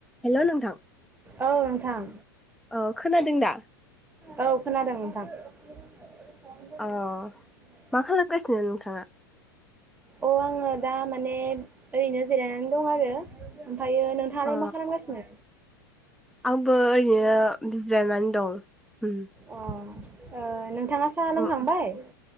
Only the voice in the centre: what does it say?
Hello नोंथां।
अ खोनादों दा?
अ मा खालामगासिनो नोंथाङा?
अ
आंबो ओरैनो बिजिरायनानै दं उम
उम